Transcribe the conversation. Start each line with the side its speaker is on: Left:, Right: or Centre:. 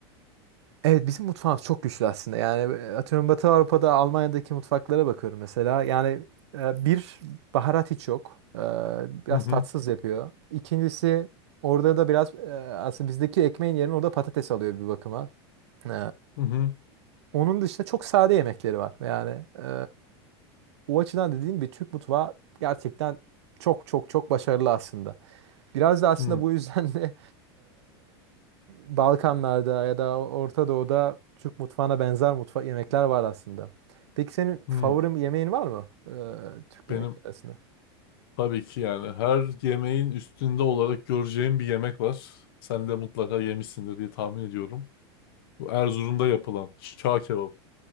Right: Evet bizim mutfağımız çok güçlü aslında. Yani e, atıyorum Batı Avrupa'da Almanya'daki mutfaklara bakıyorum mesela. Yani e, bir baharat hiç yok. E, Biraz
Left: Hı hı
Right: tatsız yapıyor. İkincisi orada da biraz e, aslında bizdeki ekmeğin yerine orada patates alıyor bir bakıma. E,
Left: hı hı
Right: Onun dışında çok sade yemekleri var. Yani e, o açıdan dediğim gibi Türk mutfağı gerçekten çok çok çok başarılı aslında. Biraz da aslında
Left: hı.
Right: bu yüzden de e, Balkanlarda ya da Orta Doğu'da Türk mutfağına benzer mutfa yemekler var aslında. Peki senin
Left: hı.
Right: favori yemeğin var mı e, Türk yemekleri
Left: Benim
Right: arasında?
Left: tabii ki yani her yemeğin üstünde olarak göreceğim bir yemek var. Sen de mutlaka yemişsindir diye tahmin ediyorum. Bu Erzurum'da yapılan çağ kebabı.